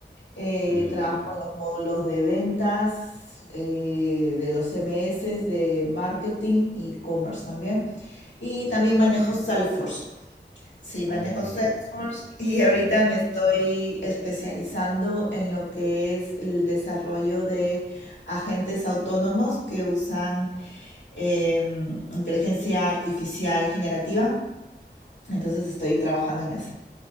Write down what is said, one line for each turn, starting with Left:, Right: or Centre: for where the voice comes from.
Left: Eh,
Right: sí,
Left: trabajo en los módulos de ventas, eh, de los CMS, de marketing y commerce también. Y
Right: cool.
Left: también manejo Salesforce. Sí, manejo
Right: Oh,
Left: Salesforce y
Right: genial.
Left: ahorita me estoy especializando en lo que es el desarrollo de agentes autónomos que usan em, inteligencia artificial generativa. Entonces estoy trabajando en eso.